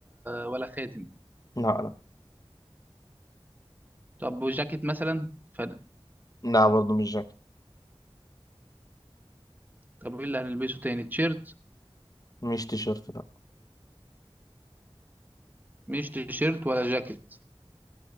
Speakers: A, on the right; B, on the left.
A: ولا خاتم
B: لا لا
A: طب وجاكيت مثلا ف...
B: لا برضه مش جاكيت
A: طب ايه اللي هنلبسه تاني تيشيرت
B: مش تيشيرت لا
A: مش تيشيرت ولا جاكيت